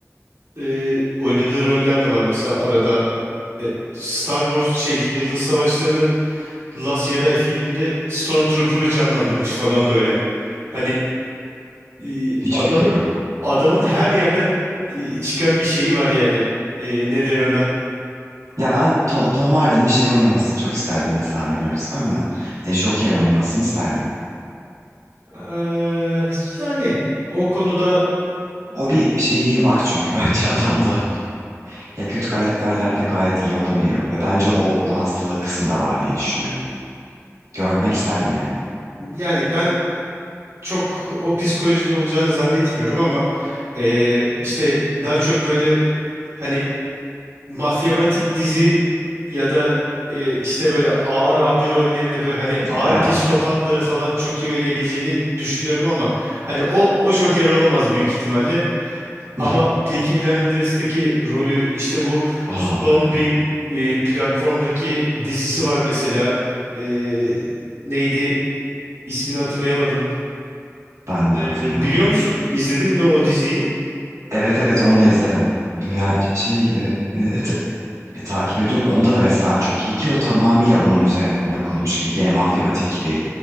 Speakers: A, on the right; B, on the right.
A: e, oynadığı roller de var. Mesela arada e, Star Wars şey Yıldız Savaşları'nın Last Jedi filminde Stormtrooper'ı canlandırmış falan böyle. Hani e,
B: Hiç
A: adamın
B: fikrim yok.
A: adamın her yerden e, çıkan bir şeyi var yani. E, ne der ona?
B: Ya ben To- Tom Hardy'nin şey oynamasını çok isterdim mesela bilmiyorum siz var mı? E, Joker oynamasını isterdim.
A: Eee, yani o konuda
B: O bir şeyliği var çünkü <laughs> bence adamda. Ya kötü karakterlerde gayet iyi olabiliyor. Ve bence o ruh hastalığı kısmı da var diye düşünüyorum. Görmek isterdim yani.
A: yani ben çok o psikolojide olacağını zannetmiyorum ama e, işte daha çok böyle hani mafyamatik dizi ya da e, işte böyle ağır abi rollerinde böyle hani ağır
B: Evet.
A: psikopatları falan çok iyi oynayabileceğini düşünüyorum ama hani o o Joker olamaz büyük ihtimalle. Ama
B: <laughs>
A: Peaky Blinders'taki rolü işte bu
B: Aa,
A: son
B: evet.
A: bir e, platformdaki dizisi var mesela E, neydi ismini hatırlayamadım.
B: Ben
A: E,
B: de hatırlayamadım.
A: biliyor musun? İzledin mi o diziyi?
B: Evet evet onu da izledim. Yani şey gibi e, et- e, takip ediyorum. Onda da mesela çok iyi ki o tamamıyla onun üzerine kurulmuş gibi. Gene mafyamatik gibi.